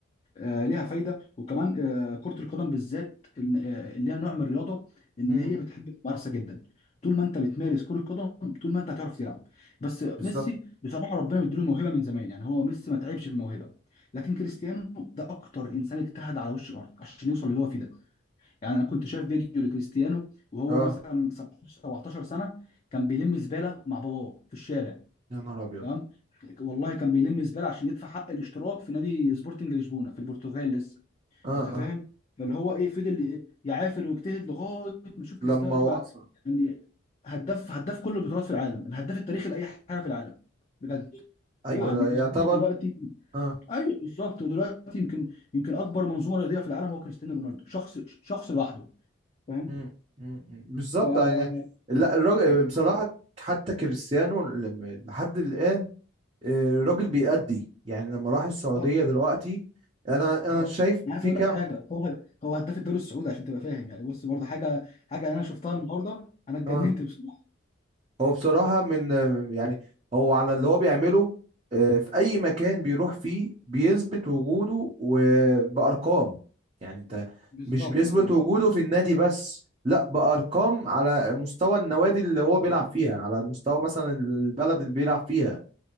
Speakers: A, on the left; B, on the right.
A: آه، ليها فايده وكمان آه، كره القدم بالذات إن- آه، اللي هي نوع من الرياضه ان
B: امم
A: هي بتحب الممارسه جدا طول ما انت بتمارس كره قدم طول ما انت هتعرف تلعب بس ميسي
B: بالظبط
A: بصراحه ربنا مديله الموهبه من زمان يعني هو ميسي ما تعبش في الموهبه لكن كريستيانو ده اكتر انسان اجتهد على وش الارض عشان يوصل للي هو فيه ده يعني انا كنت شايف فيديو لكريستيانو وهو
B: اه
A: مثلا 17 17 سنه كان بيلم زباله مع باباه في الشارع
B: يا نهار ابيض
A: تمام والله كان بيلم زباله عشان يدفع حق الاشتراك في نادي سبورتنج لشبونه في البرتغال لسه
B: اه
A: انت فاهم
B: اه
A: فاللي هو ايه فضل يعافر ويجتهد لغايه ما يشوف كريستيانو
B: لما
A: دلوقتي
B: وصل
A: بقى يعني هداف هداف كل البطولات في العالم الهداف التاريخي لاي حاجه في العالم بجد
B: ايوه
A: يعني
B: ده
A: كريستيانو
B: يعتبر
A: دلوقتي
B: اه
A: ايوه بالظبط ودلوقتي يمكن يمكن اكبر منظومه رياضيه في العالم هو كريستيانو رونالدو شخص شخص لوحده فاهم
B: مم. مم. مم. بالظبط
A: فبالظبط
B: يعني لا الراجل بصراحة حتى كريستيانو لم- لحد الآن آه، الراجل بيأدي يعني لما راح السعودية
A: اه
B: دلوقتي أنا أنا
A: هو-
B: شايف
A: انا عايز
B: في
A: اقول
B: كام
A: لك حاجه هو هو هداف الدوري السعودي عشان تبقى فاهم يعني بص برضه حاجه حاجه انا شفتها النهارده انا اتجننت
B: يعني
A: بصراحه
B: هو بصراحة من يعني هو على اللي هو بيعمله آه، في أي مكان بيروح فيه بيثبت وجوده وبأرقام يعني أنت
A: بالظبط
B: مش بيثبت
A: ده حقيقة
B: وجوده في النادي بس لا بأرقام على مستوى النوادي اللي هو بيلعب فيها على مستوى مثلا البلد اللي بيلعب فيها